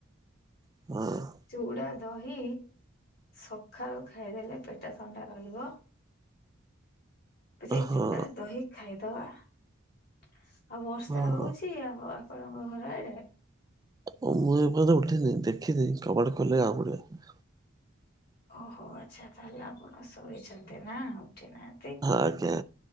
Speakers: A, on the right; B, on the left.
A: ହଁ।
B: ଚୁଡ଼ା ଦହି ସଖାଳୁ ଖାଇଦେଲେ ପେଟ ଥଣ୍ଡା ରହିବ। ତ ସେଇ
A: ହଁ।
B: ଚୁଡ଼ା ଦହି ଖାଇଦବା। ଆଉ ବର୍ଷା
A: ଓହୋ
B: ହଉଛି ଆପ ଆପଣଙ୍କ ଘର ଆଡେ?
A: ଓ ମୁଁ ଏପର୍ଯ୍ୟନ୍ତ ଉଠିନି ଦେଖିନି କବାଟ ଖୋଲିଲେ ଜଣା ପଡିବ।
B: ଓହୋ ଆଚ୍ଛା ତାହେଲେ ଆପଣ ଶୋଇଛନ୍ତି ନା। ଉଠି ନାହା
A: ଆଜ୍ଞା।